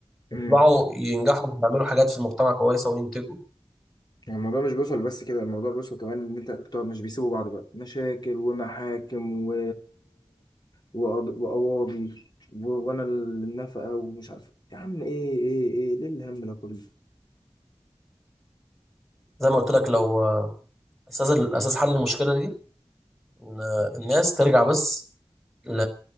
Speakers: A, on the left (about 45°); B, in the centre.
A: مم.
B: يطلعوا ينجحوا ويعملوا حاجات في المجتمع كويسة وينتجوا
A: الموضوع مش بيوصل بس كده الموضوع بيوصل كمان ان انت بتوع مش بيسيبوا بعض بقى مشاكل ومحاكم و... وقض... وقواضي و... وانا النفقه ومش عارف يا عم ايه ايه ايه ليه الهم ده كله
B: زي ما قلت لك لو آه، أساس الأساس حل المشكلة دي إن آه، الناس ترجع بس ل...